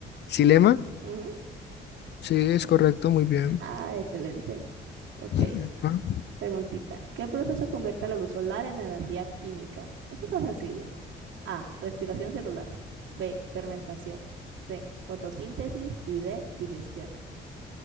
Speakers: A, on the left; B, on the right.
A: ¿Xilema?
B: Ujú.
A: Sí, es correcto, muy bien.
B: Ah, excelente. Ok,
A: Epa.
B: preguntita. ¿Qué proceso convierte la luz solar en energía química? Esta está sencilla. A. Respiración celular. B. Fermentación. C. Fotosíntesis. Y D. Digestión.